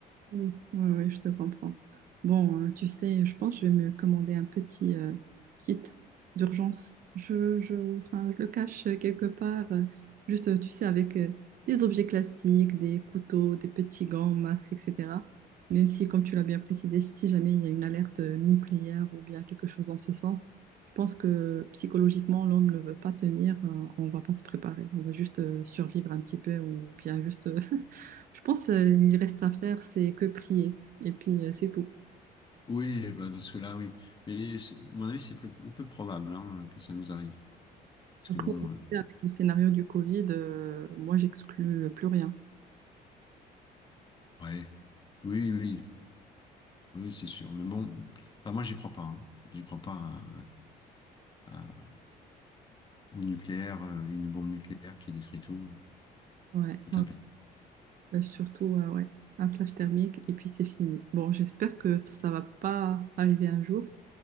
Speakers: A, on the right; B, on the left.
A: Oui, ouais, ouais, je te comprends. Bon, euh, tu sais, je pense que je vais me commander un petit euh, kit d'urgence. Je, je, enfin, je le cache quelque part, euh, juste, euh, tu sais, avec euh, des objets classiques, des couteaux, des petits gants, masques, etc. Même si, comme tu l'as bien précisé, si jamais il y a une alerte euh, nucléaire ou bien quelque chose dans ce sens, je pense que psychologiquement, l'homme ne veut pas tenir, euh, on va pas se préparer. On va juste euh, survivre un petit peu ou bien juste <laughs> Je pense euh, il reste à faire, c'est que prier. Et puis, euh, c'est tout.
B: Oui, bah, parce que là, oui. Mais c'est- mon avis, c'est peu, peu probable hein, que ça nous arrive. Parce
A: Après,
B: que bon,
A: tu
B: euh,
A: sais, avec le scénario du Covid, euh, moi, j'exclus euh, plus rien.
B: ouais. Oui, oui, oui, c'est sûr. Mais bon, enfin, moi, j'y crois pas. hein. J'y crois pas à- à- au nucléaire, euh, une bombe nucléaire qui détruit tout, euh,
A: Ouais,
B: tout
A: ouais.
B: un pays.
A: Euh, Surtout, euh, ouais, un flash thermique et puis c'est fini. Bon, j'espère que ça va pas arriver un jour.